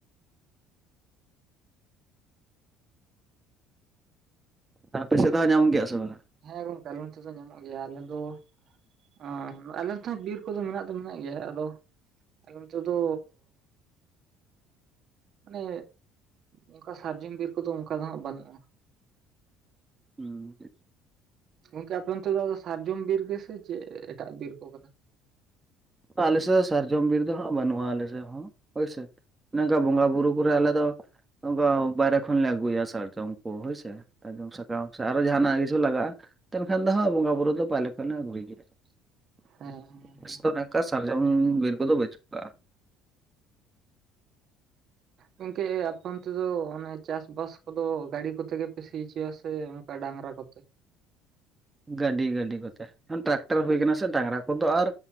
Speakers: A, on the right; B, on the right.
A: ᱧᱨ ᱟᱯᱮ ᱥᱮᱫ ᱫᱚ ᱦᱟᱸᱜ ᱧᱟᱢᱚᱜ ᱜᱮᱭᱟ ᱥᱮ ᱵᱟᱝᱼᱟ?
B: ᱦᱮᱸ ᱜᱚᱝᱠᱮ ᱟᱞᱮ ᱱᱚᱱᱛᱮ ᱫᱚ ᱧᱟᱢᱚᱜ ᱜᱮᱭᱟ ᱟᱞᱮ ᱫᱚ ᱚ ᱟᱞᱮ ᱱᱚᱛᱮ ᱦᱚ ᱵᱤᱨ ᱠᱚᱫᱚ ᱢᱮᱱᱟᱜ ᱫᱚ ᱢᱮᱱᱟᱜ ᱜᱮᱭᱟ, ᱟᱫᱚ ᱟᱞᱮ ᱚᱱᱛᱮ ᱫᱚᱻ ᱢᱟᱱᱮ ᱚᱝᱠᱟ ᱥᱟᱨᱡᱚᱢ ᱵᱤᱨ ᱠᱚᱫᱚ ᱚᱝᱠᱟ ᱫᱚ ᱦᱟᱜ ᱵᱟᱹᱱᱩᱜᱼᱟ᱾
A: ᱦᱩᱸ ᱾
B: ᱜᱚᱝᱠᱮ ᱟᱯᱮ ᱱᱚᱛᱮ ᱫᱚ ᱥᱟᱨᱡᱚᱢ ᱵᱤᱨ ᱜᱮᱥᱮ ᱪᱮᱫ ᱮᱴᱟᱜ ᱵᱤᱨ ᱠᱚ ᱠᱟᱱᱟ?
A: ᱟᱞᱮᱥᱮᱫ ᱫᱚ ᱥᱟᱨᱡᱚᱢ ᱵᱤᱨ ᱫᱚ ᱦᱟᱸᱜ ᱵᱟᱹᱱᱩᱜᱼᱟ ᱟᱞᱮᱥᱮᱫ ᱦᱚᱸ ᱦᱳᱭ ᱥᱮ᱾ ᱚᱱᱮᱝᱠᱟ ᱵᱚᱸᱜᱟ ᱵᱩᱨᱩ ᱠᱚᱨᱮ ᱟᱞᱮ ᱫᱚ ᱚᱝᱠᱟ ᱵᱟᱭᱨᱮ ᱠᱷᱚᱱ ᱞᱮ ᱟᱹᱜᱩᱭᱟ ᱥᱟᱨᱡᱚᱢ ᱠᱚ ᱦᱳᱭᱥᱮ ᱾ ᱥᱟᱨᱚᱢ ᱥᱟ ᱥᱮ ᱟᱨᱚ ᱡᱟᱦᱟᱱᱟᱜ ᱠᱤᱷᱩ ᱞᱟᱜᱟᱜᱼᱟ ᱛᱮᱱᱠᱷᱟᱱ ᱫᱚ ᱦᱟᱸᱜ ᱵᱚᱸᱜᱟ ᱵᱩᱨᱩ ᱫᱚ ᱯᱟᱦᱞᱮ ᱠᱷᱚᱱᱟᱜ <inaudible>
B: ᱦᱮᱸ
A: <inaudible>
B: ᱦᱮᱸ ᱦᱮᱸ
A: ᱱᱚᱝᱠᱟ ᱥᱟᱨᱡᱚᱢ ᱵᱤᱨ ᱠᱚᱫᱚ ᱵᱟᱹᱪᱩᱜ ᱠᱟᱜᱼᱟ᱾
B: ᱜᱚᱝᱠᱮ ᱟᱯᱮ ᱚᱱᱛᱮ ᱫᱚ ᱚᱱᱮ ᱪᱟᱥ ᱵᱟᱥ ᱠᱚᱫᱚ ᱜᱟᱹᱲᱤ ᱠᱚᱛᱮ ᱜᱮᱯᱮ ᱥᱤ ᱦᱚᱪᱚᱭᱟ ᱥᱮ ᱚᱱᱠᱟ ᱰᱟᱝᱨᱟ ᱠᱚᱛᱮ?
A: ᱜᱟᱹᱰᱤ ᱜᱟᱹᱰᱤ ᱠᱚᱛᱮ, ᱮᱠᱷᱚᱱ ᱴᱨᱟᱠᱴᱟᱨ ᱦᱩᱭ ᱟᱠᱟᱱᱟ ᱥᱮ ᱰᱟᱝᱨᱟ ᱠᱚᱫᱚ ᱟᱨ